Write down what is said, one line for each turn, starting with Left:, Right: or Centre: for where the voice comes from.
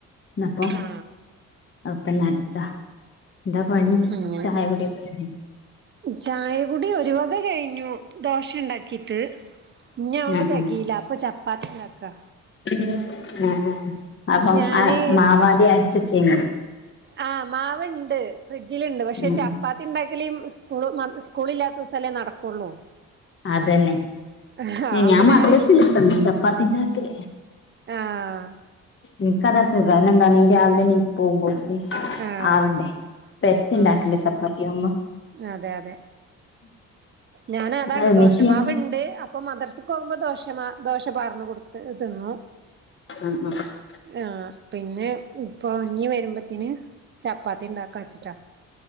Left: ന്നപ്പൊ
Right: ആ
Left: അപ്പനടത്ത എന്താ പണി
Right: അങ്ങനെ
Left: ചായകുയോട്ടിക്കെ കഴിഞ്ഞോ
Right: ചായകുടി ഒരു വക കഴിഞ്ഞു ദോശണ്ടാ ക്കിട്ട് ഇനി അഓണ്ട്
Left: ആഹ്
Right: തികയില്ല
Left: ആഹ്
Right: അപ്പൊ ചപ്പാത്തി ഇണ്ടാക്കാ
Left: ആഹ് ആഹ് അപ്പം
Right: ഞാന്
Left: ആ മാവാതി അരച്ചേച്ചിം.
Right: ആഹ് മാവ്ണ്ട് ഫ്രിഡ്ജിൽണ്ട് പക്ഷെ
Left: ഉം
Right: ച പ്പാത്തിണ്ടാക്കൽ സ്കൂൾ മദ് സ്കൂളില്ലാത്ത ദിസൊല്ലേ നടക്കുള്ളൂ.
Left: അതന്നെ
Right: ആഹ് അപ്പൊ
Left: ഞാൻ മദ്രസല്ലാതന്ന്
Right: ഞാന്
Left: ചപ്പാത്തിണ്ടാക്കൽ
Right: ആഹ്
Left: ഇൻക്കതാസുഖം എന്താ നീ രാവിലെ നീച് പോകുമ്പോളേക്ക്.
Right: ആഹ്
Left: ആവണ്ടേ പെരത്തിണ്ടാക്കണ്ടേ
Right: ഉം
Left: ചപ്പാത്തിയാവുമ്പോ.
Right: അതെ അതെ ഞൻ അതാണ്
Left: അത്
Right: ദോഷമാവ്ൺ
Left: മെഷീൻമല്
Right: ണ്ട് അപ്പോമദർസക്ക്മ്പോവുമ്പോ ദോശ ദോ പാർന്ന്കൊടുക്കും. തെഹ് തിന്നു.
Left: ഉം ഉം
Right: ആഹ് പിന്നെ ഇപ്പൊ ഞ്ഞി വരുമ്പത്തിന് ചപ്പാത്തി ഉണ്ടാക്കാച്ചിട്ടാ.